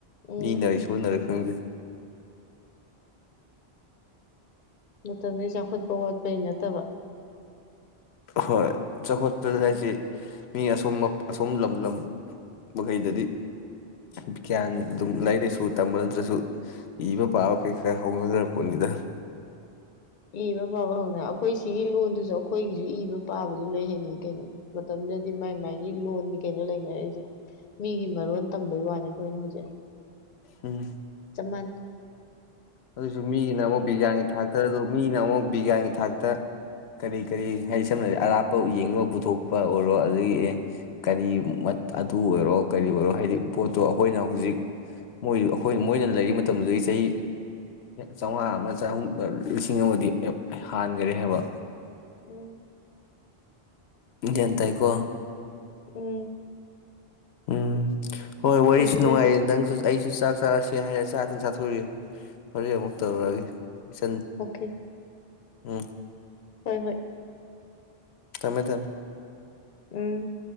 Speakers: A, on the left; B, on the left.
A: ꯎꯝ
B: ꯃꯤꯅꯥꯔ ꯏꯁꯣꯔꯅꯥꯔ ꯈꯪꯗꯦ
A: ꯃꯇꯝꯗꯨꯏ ꯆꯥꯎꯈꯠꯄ ꯋꯥꯠꯄꯩ ꯅꯠꯇꯕ
B: ꯍꯣꯏ ꯆꯥꯎꯈꯠꯄꯗ
A: ꯎꯝ
B: ꯍꯥꯏꯁꯦ ꯃꯤ ꯑꯁꯣ ꯑꯁꯣꯝ ꯂꯝ ꯂꯝ ꯃꯈꯩꯗꯗꯤ ꯕꯤꯒ꯭ꯌꯥꯟ ꯑꯗꯨꯝ ꯂꯥꯏꯔꯤꯛ ꯂꯥꯏꯁꯨ ꯇꯝꯕ ꯅꯠꯇ꯭ꯔꯁꯨ ꯏꯕ ꯄꯥꯕ ꯃꯈꯩ ꯈꯔ ꯍꯧꯅꯈ꯭ꯔꯛꯄꯣꯠꯅꯤꯗ
A: ꯏꯕ ꯄꯥꯕ ꯍꯧꯅ ꯑꯩꯈꯣꯏ ꯁꯤꯒꯤ ꯂꯣꯟꯗꯨꯁꯨ ꯑꯩꯈꯣꯏꯒꯤꯁꯨ ꯏꯕ ꯄꯥꯕꯗꯤ ꯂꯣꯏ ꯍꯅꯩ ꯀꯩꯅꯣ ꯃꯇꯝꯗꯨꯗꯗꯤ ꯃꯥꯏ ꯃꯥꯏꯒꯤ ꯂꯣꯟꯅꯤ ꯀꯩꯅꯣ ꯂꯩꯅꯔꯛꯏꯁꯦ ꯃꯤꯒꯤ ꯃꯔꯣꯟ ꯇꯝꯕꯩ ꯋꯥꯅꯤ ꯑꯩꯈꯣꯏꯅ ꯍꯧꯖꯤꯛ
B: ꯎꯝ
A: ꯆꯞꯃꯥꯟ
B: ꯑꯗꯨꯁꯨ ꯃꯤꯒꯤꯅ ꯑꯃꯨꯛ ꯕꯤꯒ꯭ꯌꯥꯟꯒꯤ ꯊꯥꯛꯇ ꯑꯗꯨ ꯃꯤꯅ ꯑꯃꯨꯛ ꯕꯤꯒꯤ꯭ꯌꯥꯟꯒꯤ ꯊꯥꯛꯇ ꯀꯔꯤ ꯀꯔꯤ ꯍꯥꯏꯗꯤ ꯁꯝꯅ ꯍꯥꯏꯔꯕꯗ ꯑꯔꯥꯞꯄ ꯌꯦꯡꯅꯕ ꯄꯨꯊꯣꯛꯄ ꯑꯣꯏꯔꯣ ꯑꯗꯒꯤ ꯑꯦ ꯀꯔꯤ ꯑꯗꯨꯕꯨ ꯑꯣꯏꯔꯣ ꯀꯔꯤ ꯑꯣꯏꯔꯣ ꯍꯥꯏꯗꯤ ꯄꯣꯠꯇꯣ ꯑꯩꯈꯣꯏꯅ ꯍꯧꯖꯤꯛ ꯃꯣꯏ ꯑꯩꯈꯣꯏ ꯃꯣꯏꯅ ꯂꯩꯔꯤ ꯃꯇꯝꯗꯨꯗꯒꯤ ꯆꯍꯤ ꯆꯥꯝꯃꯉꯥ ꯑꯃ ꯆꯍꯨꯝ ꯂꯤꯁꯤꯡ ꯑꯃꯗꯤ ꯍꯥꯟꯒꯔꯦ ꯍꯥꯏꯕ
A: ꯎꯝ
B: ꯒ꯭ꯌꯥꯟ ꯇꯥꯏꯀꯣ
A: ꯎꯝ
B: ꯎꯝ ꯍꯣꯏ
A: ꯑꯩꯈꯣꯏꯁꯨ
B: ꯋꯥꯔꯤꯁꯨ ꯅꯨꯡꯉꯥꯏꯔꯦ
A: ꯂꯩꯔꯝꯃꯤ
B: ꯅꯪꯁꯨ ꯑꯩꯁꯨ ꯆꯥꯛ ꯆꯥꯔꯁꯦ ꯍꯥꯏꯔꯦ ꯆꯥꯗꯪ ꯆꯥꯊꯣꯛꯏ ꯍꯣꯔꯦꯟ ꯑꯃꯨꯛ ꯇꯧꯔꯛꯑꯒꯦ ꯏꯆꯟ
A: ꯑꯣꯀꯦ
B: ꯎꯝ
A: ꯍꯣꯏ ꯍꯣꯏ
B: ꯊꯃꯦ ꯊꯃꯦ
A: ꯎꯝ